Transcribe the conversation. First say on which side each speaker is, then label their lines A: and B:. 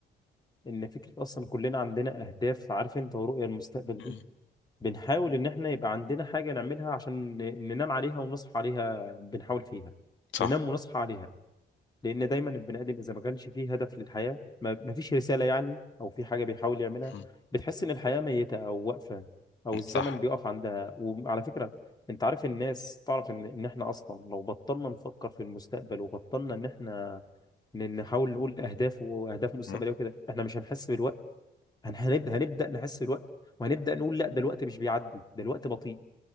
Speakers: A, on the left; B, on the left.
A: إن فكرة أصلا كلنا عندنا أهداف عارف أنت ورؤية المستقبل
B: مم.
A: دي بنحاول إن إحنا يبقى عندنا حاجة نعملها عشان ن- ننام عليها ونصحى عليها بنحاول فيها
B: صح
A: ننام ونصحى عليها لأن دايما البني آدم إذا ما كانش فيه هدف للحياة ما ما فيش رسالة يعني أو في حاجة بيحاول يعملها
B: مم.
A: بتحس إن الحياة ميتة أو واقفة أو الزمن
B: صح
A: بيقف عندها وعلى فكرة أنت عارف الناس تعرف إن إن إحنا أصلا لو بطلنا نفكر في المستقبل وبطلنا إن إحنا ن- نحاول نقول اهداف واهداف مستقبليه
B: مم.
A: وكده احنا مش هنحس بالوقت هن- هنبدا هنبدا نحس بالوقت وهنبدا نقول لا ده الوقت مش بيعدي ده الوقت بطيء